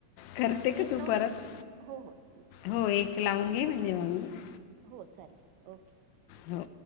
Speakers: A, on the left; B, on the right.
A: करते
B: अ मी
A: का
B: एक
A: तू
B: लावून
A: परत?
B: घेऊ? हो हो चालेल.
A: हो, एक लावून घे म्हणजे मग
B: हो चालेल. ओके.
A: हो.